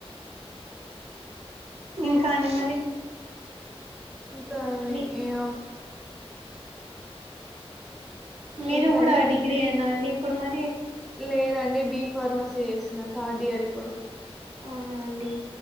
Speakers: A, on the right; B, in the centre.
A: ఇంకా అండి మరి
B: ఇంకా ఆది
A: మీ
B: ఎమో
A: మీరు
B: ఏంటండి
A: కూడా డిగ్రీ ఏనా అండి పుడ్ మై
B: లేదండి బి ఫార్ మస్ చేస్తున్న థర్డ్ ఇయర్ ఇప్పుడు
A: అవునా అండి